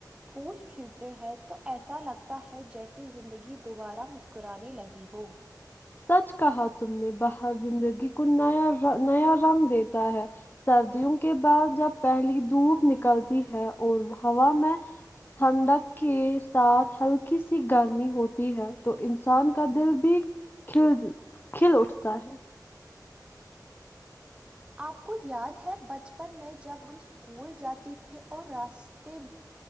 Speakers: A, on the right; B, on the left.
A: پھول کلتے ہیں تو ایسا لگتا ہے جیسے ی زندگی دوبارہ مسکرانے لگی ہو
B: سچ کہا تم نے باہر زندگی کو نیا نیا رنگ دیتا ہے سردیوں کے بعد جب پہلی دھوپ نکلتی ہے اور ہوا میں ٹھنڈک کے ساتھ ہلکی سی گرمی ہوتی ہے تو انسان کا دل بھی کھل کھل اٹھتا ہے
A: آپ کو یاد ہے بچپن میں جب ہم اسکول جاتی تھے اور راستے